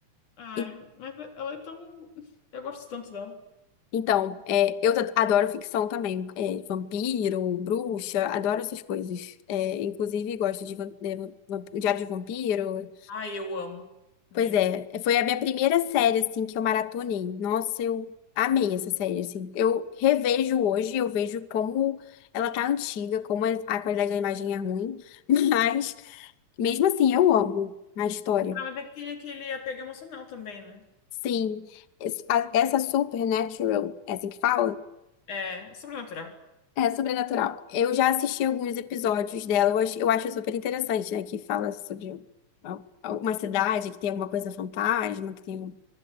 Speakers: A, on the left (about 80°); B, on the left (about 60°).
A: ai,
B: E-
A: mas ela é tão eu gosto tanto dela.
B: então, é, eu t- adoro ficção também. É, vampiro, bruxa, adoro essas coisas. É, inclusive, gosto de, van- de van- Diário de Vampiro.
A: Ai, eu amo Damon.
B: Pois é, foi a minha primeira série, assim, que eu maratonei. Nossa, eu amei essa série, assim. Eu revejo hoje, eu vejo como ela tá antiga, como a a qualidade da imagem é ruim, <laughs> mas mesmo assim eu amo a história.
A: Ah, mas é que tem aquele apego emocional também, né?
B: Sim, es- a- essa Supernatural, é assim que fala?
A: É, sobrenatural.
B: É sobrenatural. Eu já assisti alguns episódios dela, eu acho, eu acho super interessante, né? Que fala sobre al- alguma cidade que tem alguma coisa fantasma, que tem